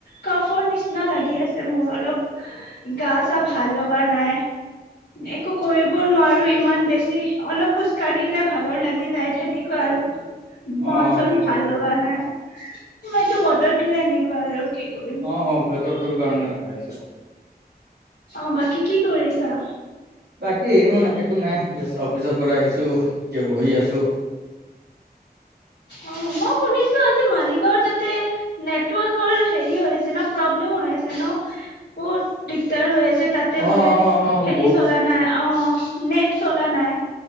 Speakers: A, on the left (about 85°); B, on the right (about 75°).
A: কফৰ নিচিনা লাগি আছে মোৰ অলপ, গা-চা ভাল লগা নাই, একো কৰিব নোৱাৰো আৰু ইমান বেছি, অলপ খোজ কাঢ়িলে ভাগৰ লাগি যায় হেনেকুৱা আৰু। মন-চন
B: অ গম
A: ভাল
B: পাইছো
A: লগা নাই। তোমাৰ এইটো, বতৰটোয়ে এনেকুৱা আৰু। কি কৰিম
B: অ', অ' বতৰটো কাৰনে হয় আছে।
A: অ', বাকী কি কৰিছা?
B: বাকি এনো না একো নাই। জাষ্ট অফিচৰ পৰা আহিছো, এতিয়া বহি আছো।
A: অ' মই শুনিছ ছো আজি মালিগাঁৱৰ তাতে। নেটৱৰ্কৰ হেৰি হৈ আছে ন, প্ৰব্লেম হৈ আছে ন? বহুত দিগদাৰ হৈ আছ ছে তাতে
B: অ অ
A: বোলে
B: অ অ
A: হেৰি
B: বহুত
A: চলা নাই, অ'। নে'ট চলা নাই।